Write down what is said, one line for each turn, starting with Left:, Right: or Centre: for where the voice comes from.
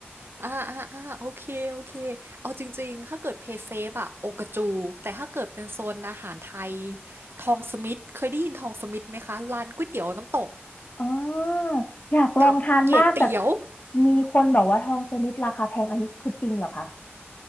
Right: อ่าอ่าอ่าโอเค โอเค เอาจริงๆ ถ้าเกิดเพย์เซฟอะโอกาจู แต่ถ้าเกิดเป็นโซนอาหารไทย ทองสมิธเคยได้ยินทองสมิธไหมคะร้านก๋วยเตี๋ยวน้ำตก
Left: อ๋ออยากลองทานมากแต่
Right: กับเก๋เตี๋ยว
Left: มีคนบอกว่าทองสมิธราคาแพงอันนี้คือจริงเหรอคะ